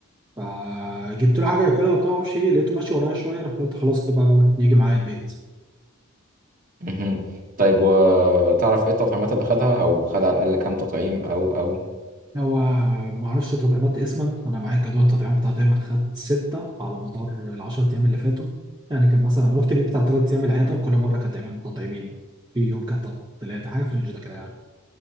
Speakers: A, on the right (about 20°); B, on the right (about 35°).
A: فجبت له حاجه ياكلها وبتاع ما اعرفش ايه لقيته ماشي ورايا شويه رحت قلت خلاص كده بقى يجي معايا البيت
B: مهم. طيب وتعرف ايه التطعيمات اللي خدها او خد على الاقل كام تطعيم او او
A: هو ما اعرفش تطعيمات اسما انا معايا جدول التطعيمات بتاع دايما خد سته على مدار العشر ايام اللي فاتوا يعني كان مثلا رحت بيه بتاع ثلاث ايام العياده كل مره كانت دايما تطعيمين في يوم كانت تلاته حاجه في الرينج ده كده يعني